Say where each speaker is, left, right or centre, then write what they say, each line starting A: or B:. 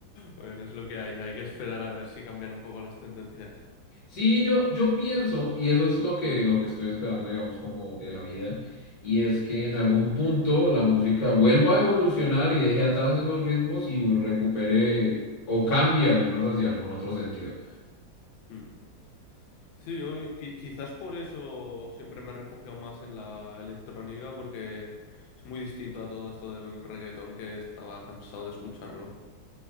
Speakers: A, on the left; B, on the left.
A: Bueno, es lo que hay, hay que esperar a ver si cambian un poco las tendencias.
B: Sí, yo, yo pienso, y eso es lo que, lo que estoy esperando, digamos, como de la vida, y es que en algún punto la música vuelva a evolucionar y deje atrás esos ritmos y recupere o cambie al menos hacia algún otro sentido.
A: Mm. Sí, yo qui- quizás por eso siempre me he refugiado más en la electrónica, porque es muy distinto a todo esto del reggaetón que estaba cansado de escucharlo.